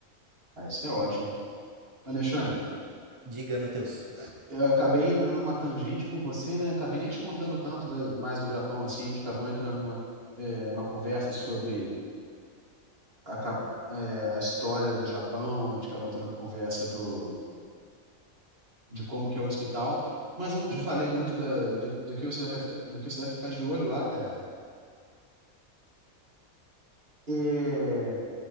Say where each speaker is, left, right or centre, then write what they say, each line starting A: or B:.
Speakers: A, on the right; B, on the right.
A: Ah, isso é ótimo. Alexandre,
B: Diga, Matheus.
A: eu acabei entrando numa tangente com você, né? Acabei nem te contando tanto da- mais do Japão, assim. A gente acabou entrando numa é, uma conversa sobre a, cap- é, a história do Japão, a gente acabou entrando numa conversa do, de como que é o hospital. Mas eu não te
B: Hum,
A: falei muito da, do, do que você vai ficar, do que você deve ficar de olho lá, cara. É,